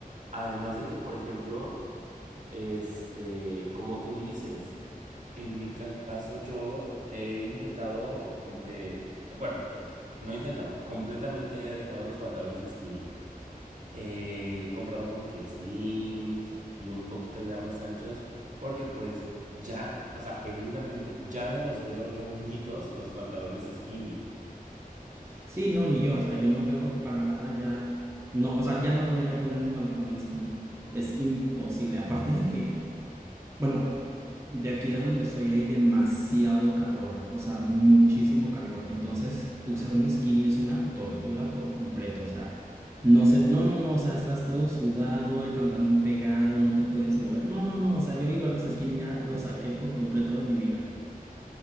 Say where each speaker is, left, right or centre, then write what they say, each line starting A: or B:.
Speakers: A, on the right; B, on the right.
A: Además de que, por ejemplo, este, como tú dices, en mi caso yo he intentado como que, bueno, no he intentado, completamente he dejado los pantalones skinny. He comprado como que slim y un poquito ya más anchos porque pues ya, o sea, genuinamente ya no los veo yo bonitos los pantalones skinny.
B: Sí, no, ni yo, o sea, yo no veo para nada ya, no, o sea, ya no podría ponerme un pantalón skinny, es imposible, aparte de que, bueno, de aquí de donde soy hay demasiado calor, o sea, muchísimo calor, entonces usar un skinny es una tortura por completo, o sea, no sé, no, no, no, o sea, estás todo sudado, el pantalón pegado, no te puedes mover, no, no, no, o sea, yo igual los skinny ya los saqué por completo de mi vida.